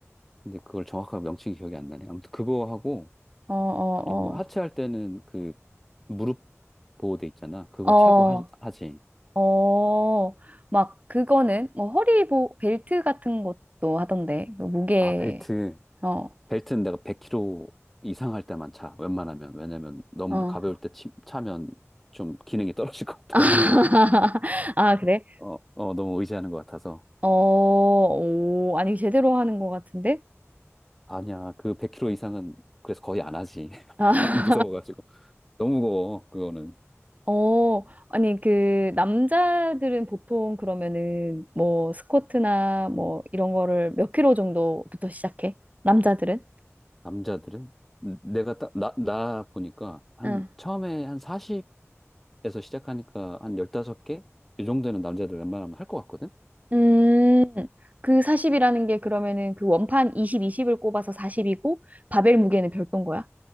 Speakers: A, in the centre; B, on the right.
A: 근데 그걸 정확하게 명칭이 기억이 안 나네. 아무튼 그거 하고,
B: 어, 어,
A: 그리고 하체 할 때는 그, 무릎 보호대 있잖아. 그거
B: 어, 어,
A: 차고 하, 하지.
B: 어, 막, 그거는, 뭐, 허리 보, 벨트 같은 것도 하던데, 그 무게,
A: 아, 벨트.
B: 어,
A: 벨트는 내가 100kg 이상 할 때만 차. 웬만하면. 왜냐면 너무
B: 어.
A: 가벼울 때 치- 차면 좀 기능이 떨어질 <laughs> 것 같아가지고.
B: <laughs> 아, 그래?
A: 어, 어, 너무 의지하는 것 같아서.
B: 어, 오, 아니, 제대로 하는 것 같은데?
A: 아니야. 그 100kg 이상은 그래서 거의 안 하지. <laughs>
B: 아,
A: 무서워가지고. 너무 무거워. 그거는.
B: 어, 아니, 그, 남자들은 보통 그러면은 뭐 스쿼트나 뭐 이런 거를 몇 킬로 정도부터 시작해? 남자들은?
A: 남자들은? 음, 내가 딱, 나, 나 보니까 한
B: 응.
A: 처음에 한 40에서 시작하니까 한 15개? 이 정도는 남자들 웬만하면 할 것 같거든?
B: 음, 그 40이라는 게 그러면은 그 원판 20, 20을 꼽아서 40이고 바벨 무게는 별도인 거야?